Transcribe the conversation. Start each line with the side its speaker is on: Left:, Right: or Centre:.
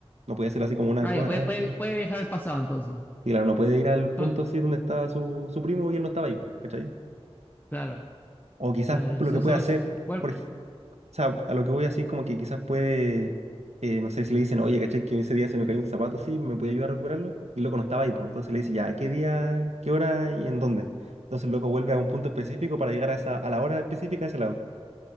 Right: No puede ser así como una
Left: Ah,
Right: cosa
Left: ya, puede, puede,
Right: que.
Left: puede viajar al pasado entonces.
Right: sí, claro, no puede ir al punto
Left: So-
Right: así donde estaba su, su primo y él no estaba ahí, po, ¿cachai?
Left: claro.
Right: O quizás
Left: Ya, ya,
Right: lo
Left: Son
Right: que puede
Left: solo.
Right: hacer,
Left: vuelvo-
Right: por, ej- o sea, a lo que voy así es como que quizás puede, eh, no sé si le dicen, oye, ¿cachai? Que ese día se me cayó un zapato así, ¿me puede ayudar a recuperarlo? Y el loco no estaba ahí, pues. Entonces le dice, ya, ¿qué día, qué hora y en dónde? Entonces el loco vuelve a un punto específico para llegar a esa, a la hora específica a ese lado.